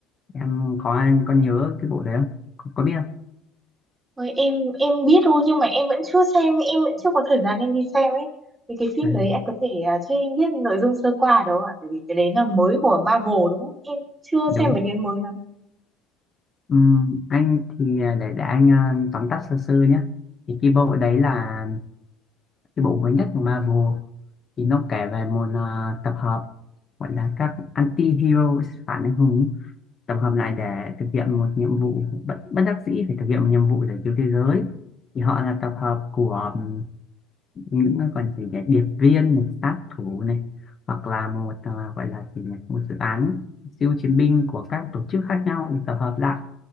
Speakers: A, on the left; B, on the right.
A: em có anh có nhớ cái bộ đấy không? Có, có biết không?
B: Ôi, em em biết thôi nhưng mà em vẫn chưa xem em vẫn chưa có thời gian em đi xem ấy thì cái phim
A: À.
B: đấy anh có thể ờ, cho em biết nội dung sơ qua được không ạ? Tại vì cái đấy là mới của Marvel đúng không? Em chưa
A: đúng
B: xem về cái mới lắm.
A: Ừm, anh thì à, để để anh à, tóm tắt sơ sơ nhé thì cái bộ đấy là cái bộ mới nhất của Marvel thì nó kể về một à, tập hợp gọi là các anti-hero phản anh hùng tập hợp lại để thực hiện một nhiệm vụ bất, bất đắc dĩ phải thực hiện một nhiệm vụ để cứu thế giới thì họ là tập hợp của ừm, những cái còn gì nhỉ điệp viên này, sát thủ này hoặc là một à, gọi là gì nhỉ một dự án siêu chiến binh của các tổ chức khác nhau được tập hợp lại